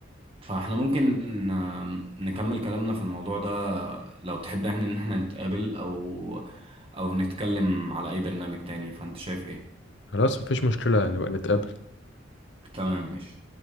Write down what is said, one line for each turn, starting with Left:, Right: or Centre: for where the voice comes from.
Right: فاحنا ممكن آم، نكمل كلامنا في الموضوع ده لو تحب يعني ان احنا نتقابل او او نتكلم على اي برنامج تاني فانت شايف ايه
Left: خلاص مفيش مشكلة نبقى نتقابل
Right: تمام ماشي